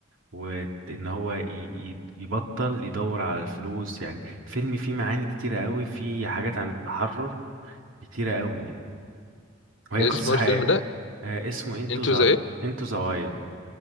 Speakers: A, on the right (about 80°); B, on the left (about 65°).
A: وان هو ي- ي- يبطل يدور على الفلوس يعني فيلم فيه معاني كتيرة قوي فيه حاجات عن التحرر كتيرة قوي يعني وهي
B: ده
A: قصة
B: اسمه إيه
A: حقيقية
B: الفيلم ده
A: آه، اسمه انتو
B: انتوا
A: ذا
B: زي ايه
A: انتو ذا وايلد